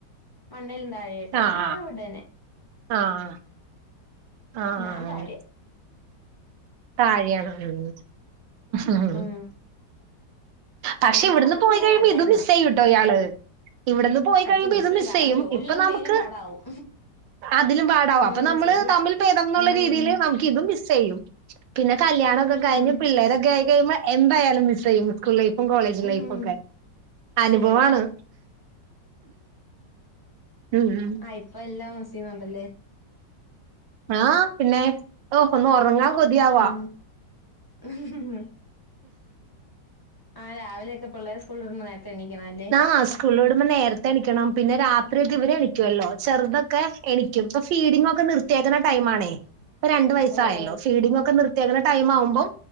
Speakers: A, on the left; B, on the right.
A: മണ്ടൽ താഴെയായിട്ട്
B: ആഹ്
A: ആ ഓരോ ബെഡന്നെ.
B: ആഹ് ആഹ് ആഹ് ആഹ്
A: ഞാൻ താഴയെ
B: താഴെയാണ് ഉം ഉം
A: ഉം
B: പക്ഷെ
A: നമ്മൾ
B: ഇവിടുന്ന്
A: വന്നപ്പോ
B: പോയി
A: ഈ റൂം
B: കഴിയുമ്പോ
A: അല്ലായിരുന്നു
B: ഇത് മിസ്സായ്യുട്ടോ ഇയാള് ഇവിടെന്ന് പോയി
A: സത്യം
B: കഴിയുമ്പോ ഇത് മിസ്
A: കാരണം
B: ചെയ്യും
A: ജോലി
B: ഇപ്പൊ
A: ചെയ്യുമ്പോ
B: നമുക്ക്
A: ഇതിനും പാടാവും
B: അതിലും പാടാവു അപ്പൊ
A: ഉം
B: നമ്മള്
A: ശരിയാ
B: തമ്മിൽ പേദം എന്നുള്ള
A: ഉം
B: രീതിയില് നമുക്ക് ക്ക് ഇതും മസ്സെയ്യുംപിന്ന കല്യാണമൊക്കെ
A: ഉം
B: കഴിഞ്ഞഞ് പിള്ളേരൊക്കെ ആയി കഴിയുമ്പോൾ എന്തായാലും മിസ്സെയ്യും സ്കൂൾ ലൈഫും കോളേജ്
A: ഉം
B: ലൈഫും ഒക്കെ അനുഭവാണ്
A: ശരിയാ
B: ഉം ഉം
A: ആഹ് ഇപ്പം എല്ലാം മസീയുന്നുണ്ടല്ലേ?
B: ആഹ് പിന്നെ ഹോ ഒന്ന് ഒറങ്ങാൻ കൊതിയാവാ
A: <inaudible> ആഹ് രാവിലെക്കെ പിള്ളേര് സ്കൂള്ടുന്ന നേരം തെണീക്കണല്ലേ?
B: ആഹ് സ്കൂളിലോടുമ്പോ നേരത്തെണിക്കണം. പിന്നെ രാത്രിയൊക്ക ഇവരെണിക്കുവല്ലോ? ചെറുതൊക്കെ. എണിക്കും. ഇപ്പൊ ഫീഡിംഗ ഒക്കെ നിർത്തിയേക്കുന്ന ടൈമാണേ, ഇപ്പൊ രണ്ട് വയസ്സായല്ലോ
A: ഓ ഓ
B: ഫീഡിംഗ ഒക്കെ നിർ നിർത്തിയെക്കുന്ന ടൈം ആവുമ്പം